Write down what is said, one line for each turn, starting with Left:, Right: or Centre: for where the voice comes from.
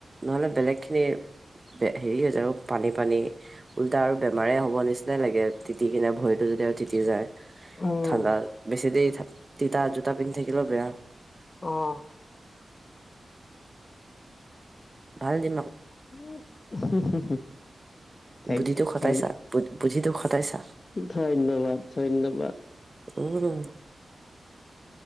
Right: নহলে বেলেগ খিনি হেৰি হৈছে আৰু পানী পানী উওল্টা আৰু বেমাৰে হ'ব নিচিনা নিচিনাই লাগে তিতি কিনে ভৰিতো যদি আৰু তি যায়
Left: উম
Right: ঠাণ্ডা বেছি দেৰি তিতা জোতা পিন্ধি থাকিলেও বেয়া
Left: অহ
Right: ভাল দি
Left: উ <unintelligible> থেং
Right: বুদ্ধিটো
Left: ইউ
Right: খটাইছা
Left: থেংক
Right: বুদ্ধিটো খটাইছা
Left: ইউ ধন্যবাদ ধন্যবাদ
Right: উম